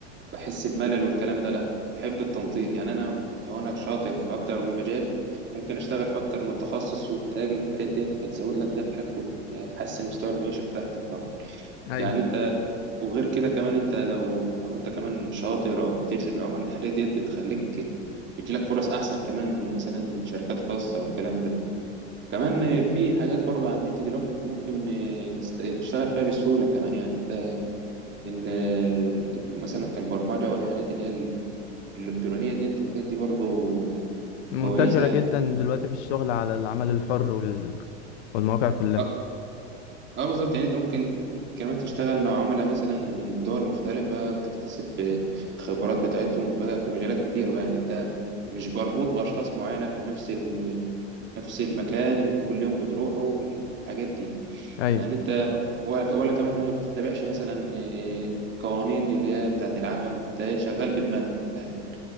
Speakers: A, on the right (about 35°); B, on the left (about 70°).
A: بحس بملل والكلام ده لا بحب التنطيط يعني انا لو انا شاطر في اكتر من مجال ممكن اشتغل في اكتر من تخصص وبتهاجل الحاجات ديت هتزود لك دخلك وهتحسن مستوى المعيشه بتاعتك طبعا
B: ايوه
A: يعني انت وغير كده كمان انت لو لو انت كمان شاطر او بتجذب العملاء الحاجات ديت بتخليك بتجيلك فرص احسن كمان من مثلا شركات خاصه والكلام ده كمان في حاجات برضو على النت دلوقتي انت ممكن اه، تست- تشتغل فيها بسهوله كمان يعني انت ال- مثلا كالبرمجه والحاجات اللي هي ال- الالكترونيه ديت الحاجات دي برضو
B: منتشرة
A: كويسه يعني
B: جدا دلوقتي في الشغل على العمل الحر وال... والمواقع كلها
A: اه اه بالظبط يعني انت ممكن كمان تشتغل مع عملاء مثلا من دول مختلفة تكتسب خبرات بتاعتهم بقى في مجالات كتير بقى يعني انت مش مربوط بأشخاص معينة في نفس ال... نفس المكان اللي كل يوم بتروحه والحاجات دي
B: ايوه
A: يعني انت ولا ولا كمان ما بتتبعش مثلا آه، القوانين اللي هي بتاعت العمل انت شغال بدماغك من الآخر.